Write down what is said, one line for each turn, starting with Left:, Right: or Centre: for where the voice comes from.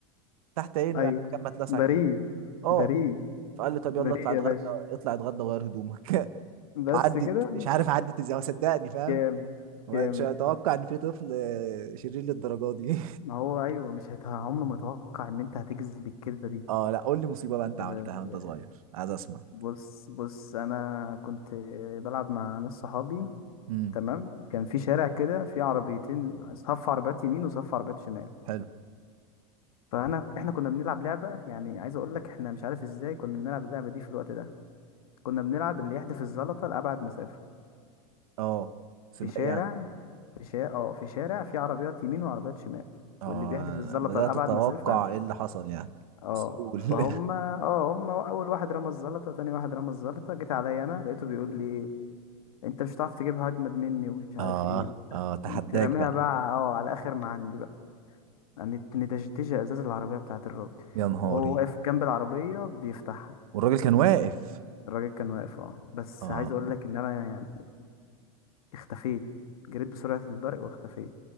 Right: تحت عينه
Left: ايوه
Right: يعني كان متلسع
Left: بريء
Right: كده اه
Left: بريء
Right: فقال لي طب يلا
Left: بريء
Right: اطلع اتغدى
Left: يا باشا
Right: اطلع اتغدى وغير هدومك <laughs>
Left: بس
Right: وعدت
Left: كده
Right: مش عارف عدت ازاي هو صدقني فاهم
Left: جامد
Right: هو
Left: جامد
Right: مش هيتوقع ان في طفل آه، شرير للدرجه دي
Left: ما هو ايوه مش هت... عمره ما اتوقع ان انت هتجذب الكذبه
Right: <laughs>
Left: دي
Right: اه لا قول لي مصيبه بقى
Left: أنت
Right: انت عملتها
Left: ب-
Right: وانت صغير عايز اسمع
Left: بص بص انا كنت بلعب مع ناس صحابي
Right: امم
Left: تمام كان في شارع كده في عربيتين صف عربيات يمين وصف عربيات شمال
Right: حلو
Left: فانا احنا كنا بنلعب لعبه يعني عايز اقول لك احنا مش عارف ازاي كنا بنلعب اللعبه دي في الوقت ده كنا بنلعب اللي يحدف الزلطه لابعد مسافه
Right: اه سباق
Left: في شارع
Right: يعني
Left: في شارع اه في شارع في عربيات يمين وعربيات شمال
Right: اه
Left: واللي بيحدف الزلطة
Right: بدأت
Left: لأبعد
Right: اتوقع
Left: مسافة
Right: ايه اللي حصل يعني
Left: اه
Right: بس قول <laughs>
Left: فهم اه هم أول واحد رمى الزلطة تاني واحد رمى الزلطة جيت عليا أنا لقيته بيقول لي إيه أنت مش هتعرف تجيبها أجمد مني ومش عارف
Right: اه
Left: إيه وبتاع
Right: اه تحداك
Left: قمت راميها
Right: بقى
Left: بقى اه على آخر ما عندي بقى قامت مدشدشة إزاز العربية بتاعت الراجل
Right: يا نهاري
Left: وهو واقف جنب العربية بيفتحها
Right: والراجل كان واقف
Left: الراجل كان واقف اه بس
Right: اه
Left: عايز
Right: <laughs>
Left: أقول لك إن أنا يعني اختفيت جريت بسرعة البرق واختفيت